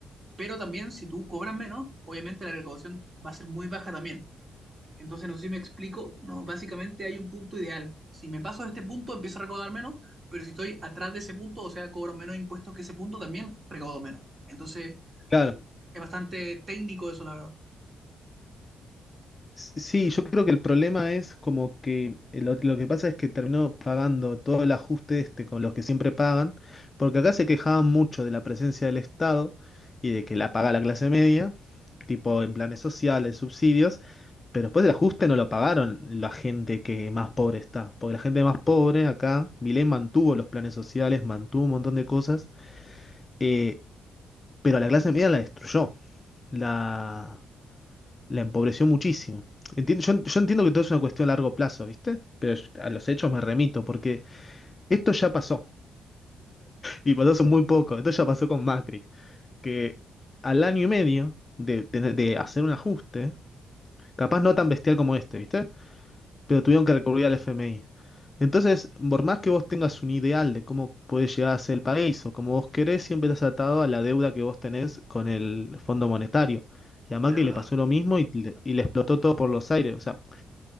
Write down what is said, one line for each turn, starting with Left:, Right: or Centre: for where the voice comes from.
Right: Pero también, si tú cobras menos, obviamente la recaudación va a ser muy baja también. Entonces, no sé si me explico, no, básicamente hay un punto ideal. Si me paso de este punto, empiezo a recaudar menos, pero si estoy atrás de ese punto, o sea, cobro menos impuestos que ese punto, también recaudo menos. Entonces,
Left: claro,
Right: es bastante técnico eso, la verdad.
Left: Sí, yo creo que el problema es como que eh, lo, lo que pasa es que terminó pagando todo el ajuste este con los que siempre pagan, porque acá se quejaban mucho de la presencia del Estado y de que la paga la clase media, tipo en planes sociales, subsidios, pero después el ajuste no lo pagaron la gente que más pobre está, porque la gente más pobre acá, Milei mantuvo los planes sociales, mantuvo un montón de cosas, eh, pero a la clase media la destruyó. La, la empobreció muchísimo. Enti- yo, yo entiendo que todo es una cuestión a largo plazo, ¿viste? Pero yo- a los hechos me remito, porque esto ya pasó, y pasó hace muy poco, esto ya pasó con Macri, que al año y medio de, tener- de hacer un ajuste, capaz no tan bestial como este, ¿viste? Pero tuvieron que recurrir al FMI. Entonces, por más que vos tengas un ideal de cómo puede llegar a ser el país o cómo vos querés, siempre estás atado a la deuda que vos tenés con el Fondo Monetario. Y a Macri
Right: Es verdad.
Left: le pasó lo mismo y le, y le explotó todo por los aires. O sea,